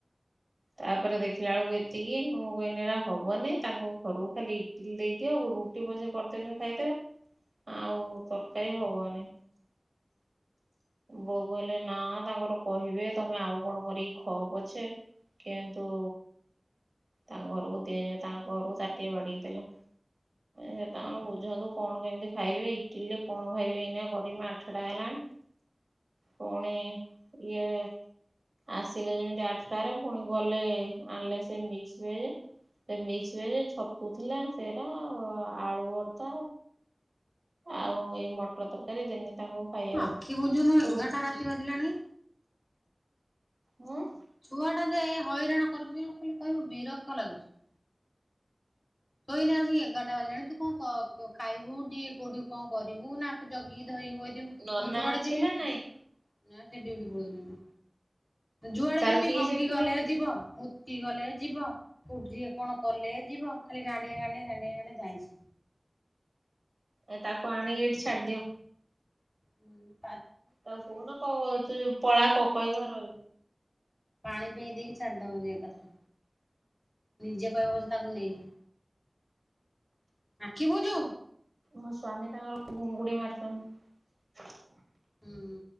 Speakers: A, on the right; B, on the left.
A: ତାପରେ ଦେଖିଲା ବେଳକୁ ଏତିକି ମୁଁ କହଲି ଏରା ହବନି ତାଙ୍କ ଘରକୁ ଖାଲି ଦେଇଦିଅ ଗୁରୁ ରୁଟି ପଛେ କରିଦେବି ଖାଇଦେବେ ଆଉ ତରକାରୀ ହବନି। ବୋଉ କହିଲେ ନା ତାଙ୍କର କହିବେ ତମେ ଆଉ କଣ କରିକି ଖ ପଛେ କିନ୍ତୁ ତାଙ୍କ ଘରକୁ ଦିଆଯିବ ତା ଘରୁ ତାଟିଏ ବାଢିକି ଦେଲା ସେ ତାଙ୍କର ବୁଝନ୍ତୁ କଣ କେମିତି ଖାଇବେ ଇଟିଲରେ କଣ ଖାଇବେ ଏଇନା କରିମି ଆଠଟା ହେଲାଣି, ପୁଣି ଇଏ ଆସିଲେ ଯେମିତି ଆଠଟାରେ ପୁଣି ଗଲେ ଆଣିଲେ ସେ ମୀ ମିକ୍ସ ଭେଜ୍ ସେ ମିକ୍ସ ଭେଜ୍ ଛତୁ ଥିଲା ସେରା ଆଳୁ ଭର୍ତା ଆଉ ଏଇ ମଟର ତରକାରୀ ଦେନି ତାଙ୍କୁ ଖାଇବାକୁ
B: ଆଖି ବୁଜୁନୁ ଏଗାରଟା
A: ରୁଟି
B: ରାତି ବାଜିଲାଣି।
A: ହୁଁ।
B: ଛୁଆ ଟା ଯେ ହଇରାଣ କରୁଛି ଖାଲି କହିବୁ ବିରକ୍ତ ଲାଗୁଛି। ଶୋଇନା ଆସିକି ଏଗାରଟା ବାଜାଣି ତୁ କଣ ଖାଇବୁ ଟିକେ କୋଉଠି କଣ କରିବୁ ନା ଜଗିକି ଧରିକି ବଇଥିବୁ
A: ନନା
B: ମୁଁ ଯୁଆଡେ
A: ଅଛି
B: ଯିମି
A: ନା
B: ନା
A: ନାଇଁ
B: ସେ ଡିଉଟି ପଳାଉଛନ୍ତି। ଯୁଆଡେ
A: ତାର
B: ଯେମିତି
A: କି
B: ହଗିଗଲେ
A: ସିଫ୍ଟ ପଡୁଛି?
B: ଯିବ ମୁତି ଗଲେ ଯିବ କୋଉଠିି କଣ କଲେ ଯିବ ଖାଲି ଗାଣ୍ଡିଏ ଗାଣ୍ଡିଏ ଗାଣ୍ଡିଏ ଧାଇଁଛି।
A: ଏ ତାକୁ ଆଣି କି ଏଠି ଛାଡିଦିଅ।
B: ହୁଁ।
A: ତା କହୁନ କ ତୁ ଯୋଉ ପଳା କ କ ଘରଉ।
B: ପାଣି ପେଇ ଦେଇକି ଛାଡିଦବ ଯେ ଏକାଥରେ ନିଜେ କହିବ ସେ ତାକୁ ନେଇଯା ଆଖି ବୁଝୁ।
A: ମୋ ସ୍ଵାମୀ ତାଙ୍କର ଘଙ୍ଗୁଡି ମାରୁଛନ୍ତି। <inaudible>
B: ହୁଁ